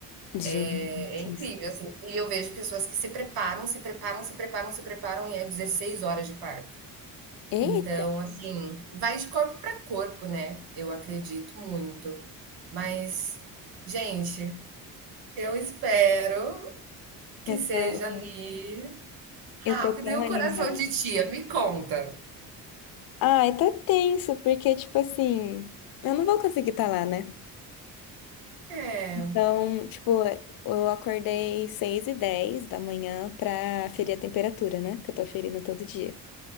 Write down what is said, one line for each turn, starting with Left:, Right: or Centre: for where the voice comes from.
Right: É,
Left: Gente.
Right: é incrível, assim. E eu vejo pessoas que se preparam, se preparam, se preparam, se preparam, e é 16 horas de parto.
Left: Eita,
Right: Então, assim, vai de corpo pra corpo, né? Eu acredito muito. Mas, gente, Eu espero que
Left: eu
Right: seja
Left: tô,
Right: ali rápido.
Left: eu tô tão
Right: E o
Left: animada.
Right: coração de tia, me conta.
Left: Ai, tá tenso, porque, tipo assim, eu não vou conseguir estar lá, né?
Right: É,
Left: Então, tipo, eu acordei 6 e 10 da manhã pra ferir a temperatura, né? Que eu tô ferindo todo dia.